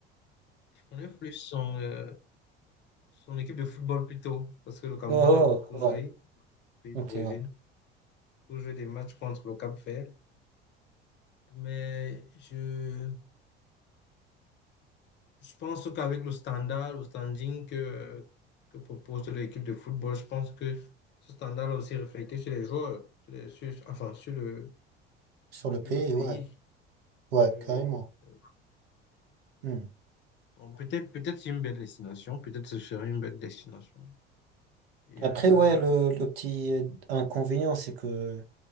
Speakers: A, on the left; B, on the right.
A: je connais plus son, euh, son équipe de football plutôt, parce que le Cameroun
B: Oh,
A: a beaucoup
B: oh, oh,
A: joué,
B: ouais,
A: le pays
B: ok,
A: d'origine.
B: ouais.
A: pour jouer des matchs contre le Cap-Vert. Mais je, je pense qu'avec le standard, le standing que, que propose l'équipe de football, je pense que ce standard là aussi reflété sur les joueurs, sur les- sur- enfin sur le,
B: Sur le
A: sur
B: pays,
A: le pays.
B: ouais, ouais,
A: Je vais-
B: carrément.
A: euh,
B: Hmm.
A: Bon, peut-être peut-être c'est une belle destination, peut-être ce serait une belle destination. Et
B: Après,
A: euh,
B: ouais, le, le petit euh, inconvénient, c'est que